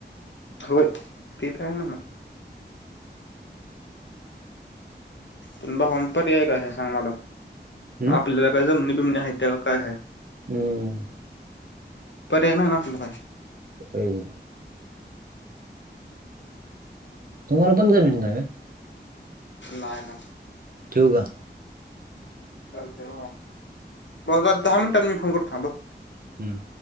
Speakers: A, on the left; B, on the right.
A: होय ते काय मला. पण भावाम पर्याय काय हे सांग मला
B: हम्म.
A: आपल्याला काय जमनी बिमणी आहेत त्या का काय हाय.
B: हम.
A: पर्याय नाही ना आसल काय.
B: प्रे <unintelligible> तुम्हाला पण जमिनी नाय व्हय?
A: नाय ना.
B: ठेव का?
A: चालते भावा <unintelligible> दहा मिनिटांत मी फोन करतो थांब.
B: हम्म